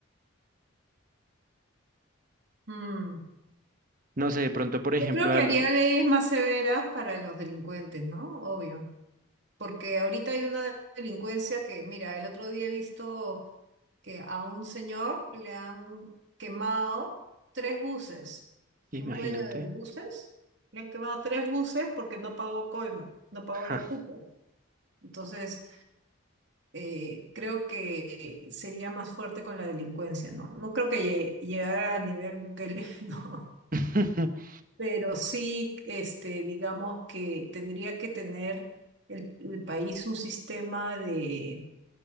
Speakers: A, on the right (about 55°); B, on the right (about 40°).
A: Mm.
B: No sé, de pronto, por ejemplo,
A: Yo creo que
B: algo,
A: haría leyes más severas para los delincuentes, ¿no? Obvio. Porque ahorita hay una delincuencia que, mira, el otro día he visto que a un señor le han quemado tres buses. Un
B: imagínate.
A: dueño de buses le han quemado tres buses porque no pagó coima, no pagó el
B: Ja.
A: cupo. Entonces, eh, creo que sería más fuerte con la delincuencia, ¿no? No creo que llegue- llegara a nivel Bukele, <laughs> no.
B: <laughs>
A: pero sí, este, digamos que tendría que tener el, el país un sistema de,